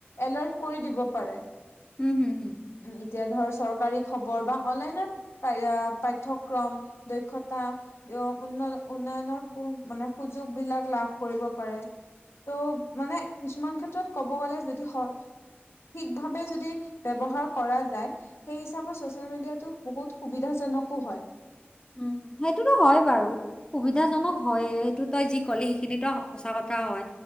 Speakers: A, on the left; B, on the left.
A: এলাৰ্ট কৰি দিব পাৰে।
B: হুম হুম
A: এতিয়া ধৰ চৰকাৰী খবৰ বা অনলাইনত পাঠক্ৰম, দক্ষতা উন্নয়নৰ মানে সুযোগ বিলাক লাভ কৰিব পাৰে। ত' মানে কিছুমান ক্ষেত্ৰত ক'ব গ'লে, যদি হয়- ঠিক ভাৱে যদি ব্যৱহাৰ কৰা যায়, সেই হিচাপত চচিয়েল মিডিয়োটো বহুত সুবিধাজনক। কো হয়।
B: উম, সেইটোতো হয় বাৰু, সুবিধাজনক হয়ে সেইটো তই যি ক'লি সেইখিনিতো সচা কথা হয়।